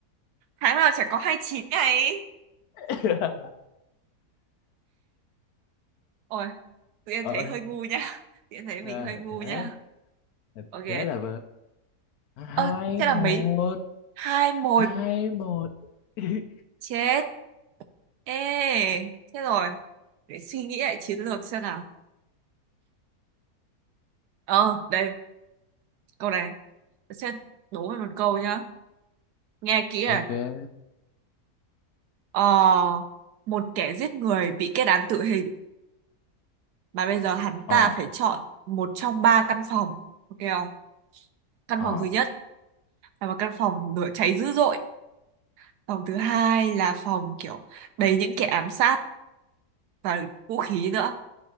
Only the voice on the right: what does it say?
tháng nào chả có 29 ngày ấy.
ôi tự nhiên
thấy hơi ngu nha <laughs> tự nhiên thấy mình
hơi ngu
nha
ok
ơ thế
là mấy hai một
chết ê chết rồi để suy nghĩ lại chiến lược xem nào ờ đây câu này sẽ đố mày một câu nhá nghe kỹ à
ờ, một kẻ giết người bị kết án tử hình mà bây giờ hắn ta
phải chọn một trong ba căn phòng ok không căn
phòng thứ nhất là một căn phòng lửa cháy dữ dội phòng thứ hai là phòng kiểu đầy những kẻ ám sát và vũ khí nữa